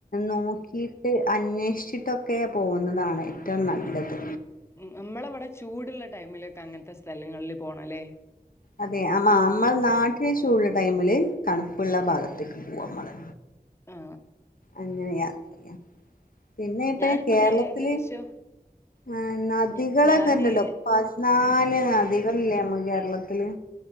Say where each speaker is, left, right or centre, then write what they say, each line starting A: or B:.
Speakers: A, on the left; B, on the left.
A: നോക്കിയിട്ട് അന്വേഷിച്ചിട്ടൊക്കെ പോകുന്നതാണ് ഏറ്റവും നല്ലത്
B: നമ്മളവിടെ ചൂടുള്ള ടൈമിലൊക്കെ അങ്ങനത്തെ സ്ഥലങ്ങളില് പോണല്ലേ
A: അതെ ആ നമ്മൾ നാട്ടില ചൂടുള്ള ടൈമില് തണുപ്പുള്ള ഭാഗത്തേക്ക് പോകും നമ്മള്
B: ആ
A: അങ്ങനെ യാത്ര ചെയ്യ പിന്നെ ഇപ്പ
B: ഞാനിപ്പ
A: കേരളത്തില്
B: ഇതില് ഏകദേശം
A: ആ നദികളൊക്കെല്ലല്ലോ
B: ഞ- ഞാന്
A: പതിനാല് നദികളല്ലേ നമ്മുക്ക് കേ ര ളത്തില്